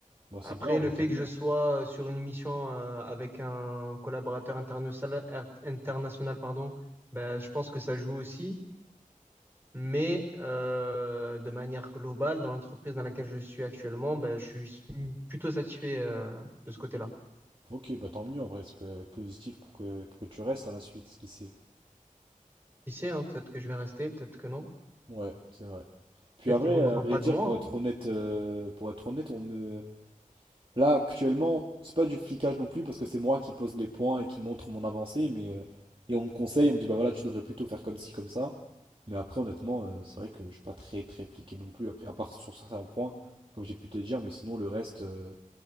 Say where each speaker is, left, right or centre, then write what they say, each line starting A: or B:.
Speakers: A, on the right; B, on the right.
A: bah
B: Après,
A: c'est bien, ouais,
B: le fait
A: tant mieux.
B: que je
A: hein.
B: sois euh, sur une mission euh, avec un collaborateur international, er- international, pardon, ben, je pense que ça joue aussi. Mais euh, de manière globale, dans l'entreprise dans laquelle je suis actuellement, ben, je suis plutôt satisfait euh, de ce côté-là.
A: Ok, bah tant mieux en vrai, ça peut être positif pour que, pour que tu restes à la suite, qui sait.
B: Qui sait, hein, peut-être que je vais rester, peut-être que non.
A: Ouais, c'est vrai. Puis
B: Peut-être
A: à vrai,
B: qu'ils ne voudront
A: à vrai
B: pas
A: dire,
B: de moi.
A: pour
B: Hein.
A: être honnête, euh, pour être honnête, on me. Là, actuellement, c'est pas du flicage non plus parce que c'est moi qui pose les points et qui montre mon avancée, mais euh, et on me conseille, on me dit bah voilà, tu devrais plutôt faire comme ci, comme ça. Mais après, honnêtement, euh, c'est vrai que je suis pas très très fliqué non plus, après, à part sur certains points, comme j'ai pu te dire, mais sinon le reste, euh,